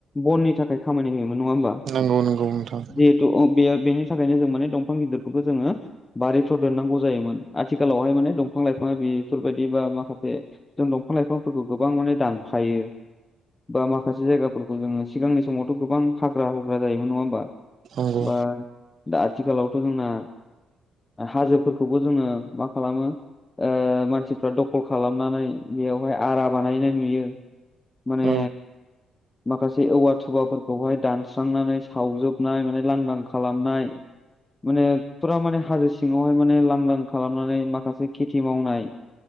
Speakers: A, on the left; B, on the right.
A: बननि थाखाय खामानि होयोमोन नङा होमबा।
B: नंगौ नंगौ नोंथां।
A: जिहेतु बे बेनि थाखायनो जों माने दंफां गिदिरफोरखौ जोङो। बारिफ्राव देननांगौ जायोमोन आथिखालावहाय माने दंफां लाइफाङा बेफोरबायाददि बा माखासे जों दंफां लाइफांफोरखौ गोबां माने दानफायो। बा जायगाफोरखौ जोङो सिगांनि समावथ' गोबां हाग्रा जायोमोन नङा होमबा।
B: नंगौ
A: बा दा आथिखालावथ' जोंना। हाजोफोरखौबो जोङो मा खालामो ओ मानसिफ्रा दखल खालामनानै बेयाव बेहाय आरा बानायनाय नुयो माने
B: औ
A: माखासे औवा थुबाफोरखौहाय दानस्रांनानै सावजोबनाय माने लांदां खालामनाय माने फुरा माने हाजो सिङावहाय माने लांदां खालामनानै माखासे खेथि मावनाय